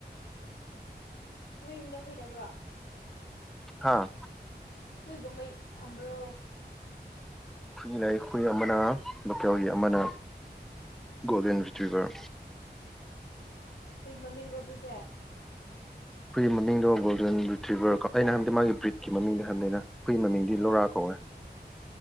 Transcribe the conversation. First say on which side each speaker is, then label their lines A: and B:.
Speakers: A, on the left; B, in the centre.
A: ꯅꯣꯏ ꯌꯨꯝꯗ ꯍꯨꯏꯗꯕ꯭ꯔꯣ
B: ꯍꯥꯥ
A: ꯍꯨꯏꯒꯨꯝ ꯕꯩ ꯈꯣꯏꯒꯨꯝꯕꯩ ꯊꯝꯕ꯭ꯔꯣ
B: ꯑꯩꯈꯏ ꯂꯥꯏ ꯈꯨꯏ ꯑꯃꯅ ꯂꯣꯀꯦꯜꯒꯤ ꯑꯃꯅ ꯒꯣꯜꯗꯦꯟ ꯔꯤꯇ꯭ꯔꯤꯚꯔ
A: ꯍꯨꯏ ꯃꯃꯤꯡꯔꯣ ꯑꯗꯨꯁꯦ
B: ꯑꯩꯈꯣꯏꯒꯤ ꯃꯃꯤꯡꯗꯣ ꯒꯣꯜꯗꯦꯟꯔꯤꯇ꯭ꯔꯤꯚ꯭ꯔ ꯀꯣ ꯑꯩꯅ ꯍꯟꯗꯤ ꯃꯥꯒꯤ ꯕ꯭ꯔꯤꯠꯀꯤ ꯃꯃꯤꯡꯗ ꯍꯟꯗꯅ ꯍꯨꯏ ꯃꯃꯤꯡꯗꯤ
A: ꯑꯣ
B: ꯂꯣꯔꯥ ꯀꯧꯋꯦ